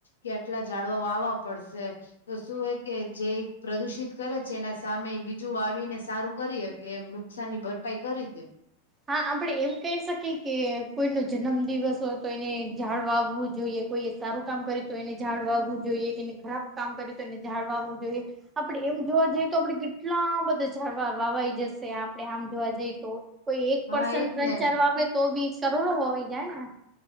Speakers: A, on the left; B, on the right.
A: કે આટલા જાડવા વાવવા પડશે તો શું હે કે જે પ્રદુષિત કરે છે એના સામે બીજું વાવીને સારું કરીએ હકે એમનુ નુકસાન ની ભરપાઈ કરી દે
B: હા આપડે એમ કહી શકીએ કે કોઈ નો જન્મ દિવસ હોય તો એને જાડ વાવવું જોઈએ કોઈ સારું કામ કરે તો એને ઝાડ વાવવું જોઈએ કે એને ખરાબ કામ કરે તો એને ઝાડ વાવવું જોઈએ આપડે એમ જોવા જઈએ તો આપણે કેટલા બધા જાડવા વવાઈ જશે આપડે આમ જોવા જઈ તો કોઈ એક
A: હા
B: પર્સન
A: એજ
B: ત્રણ
A: ને
B: ચાર વાવે તો બી કરોડો વવાઈ જાય ને